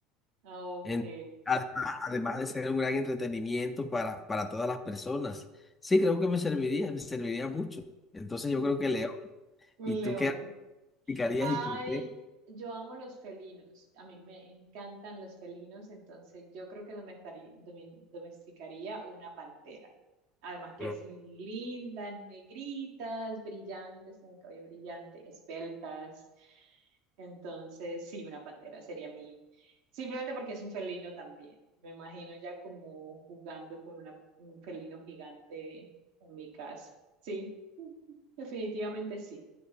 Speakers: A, on the right; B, on the left.
A: Ah, ok.
B: En- además, además de ser un gran entretenimiento para, para todas las personas. Sí, creo que me serviría, me serviría mucho. Entonces
A: Mm,
B: yo creo que león.
A: Un
B: ¿Y tú
A: león.
B: qué aplicarías
A: Ay,
B: y por qué?
A: yo amo los felinos. A mí me encantan los felinos, entonces yo creo que domestari- domi- domesticaría una pantera. Además que
B: Mm,
A: es lindas, negritas, brillantes, con el cabello brillante, esbeltas. Entonces, sí, una pantera sería mi, simplemente porque es un felino también. Me imagino ya como jugando con una, un felino gigante en mi casa. Sí, definitivamente sí.